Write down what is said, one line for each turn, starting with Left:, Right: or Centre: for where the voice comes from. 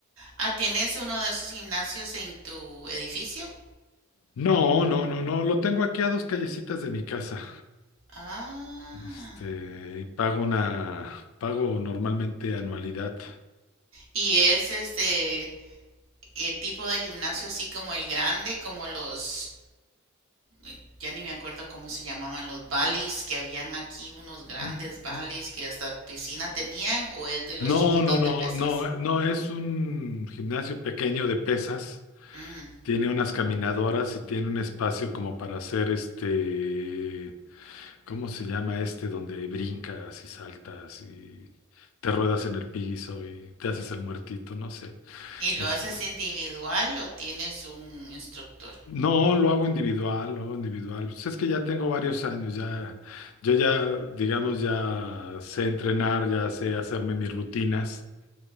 Right: Ah, ¿tienes uno de esos gimnasios en tu edificio?
Left: No, no, no, no, lo tengo aquí a dos callecitas de mi casa.
Right: Ah,
Left: Este, y pago una, pago normalmente anualidad.
Right: y es este eh, tipo de gimnasio así como el grande, como los, eh, ya ni me acuerdo cómo se llamaban, los balis que habían aquí, unos grandes
Left: N-
Right: balis
Left: n-
Right: que hasta piscina tenían, o es de los
Left: No,
Right: chiquitos
Left: no, no,
Right: de pesas.
Left: no, no, es un gimnasio pequeño de pesas.
Right: Mm.
Left: Tiene unas caminadoras y tiene un espacio como para hacer este, ¿cómo se llama este? Donde brincas y saltas y te ruedas en el piso y te haces el muertito, no sé.
Right: ¿Y lo
Left: Es-
Right: haces individual o tienes un instructor?
Left: no, lo hago individual, lo hago individual. Pues es que ya tengo varios años, ya, yo ya, digamos, ya sé entrenar, ya sé hacerme mis rutinas.